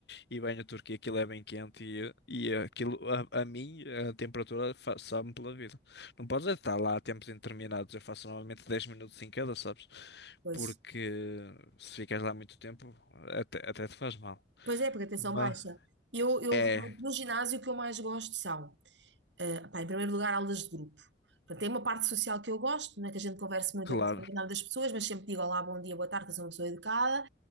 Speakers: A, on the left; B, on the right.
A: e, e banho turco e aquilo é bem quente e, e aquilo, a, a mim, a temperatura fa- sabe-me pela vida. Não podes é estar lá a tempos indeterminados. Eu faço normalmente 10 minutos em cada, sabes?
B: pois,
A: Porque se ficas lá muito tempo, até, até te faz mal.
B: Pois é, porque a tensão
A: Mas,
B: baixa. Eu, eu
A: é,
B: realmente, no ginásio o que eu mais gosto são, eh, pá, em primeiro lugar, aulas de grupo. Portanto, tem uma parte social que eu gosto, não é que a gente converse muito,
A: claro,
B: eu gosto de nada das pessoas, mas sempre digo olá, bom dia, boa tarde, eu sou uma pessoa educada.